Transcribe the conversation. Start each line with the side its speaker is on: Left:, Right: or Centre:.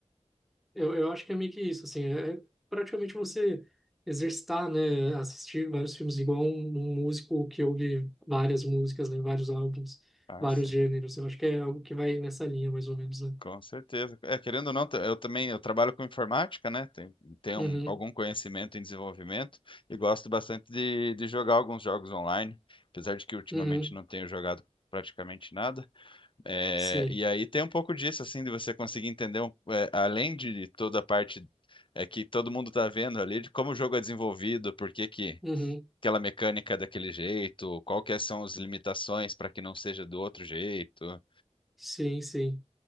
Centre: Eu, eu acho que é meio que isso, assim, é é praticamente você exercitar, né, assistir vários filmes, igual um, um músico que ouve várias músicas, né, vários álbuns,
Left: Ah,
Centre: vários
Left: sim.
Centre: gêneros. Eu acho que é algo que vai nessa linha, mais ou menos, né?
Left: Com certeza. É, querendo ou não, t- eu também eu trabalho com informática, né? Tenho, tenho
Centre: Uhum,
Left: um- algum conhecimento em desenvolvimento e gosto bastante de, de jogar alguns jogos online, apesar de que ultimamente
Centre: uhum,
Left: não tenho jogado praticamente nada. É,
Centre: sim,
Left: e aí tem um pouco disso, assim, de você conseguir entender, um- é, além de toda a parte é, que todo mundo está vendo ali, de como o jogo é desenvolvido, por que que
Centre: uhum,
Left: aquela mecânica é daquele jeito, quais são as limitações para que não seja do outro jeito
Centre: sim, sim.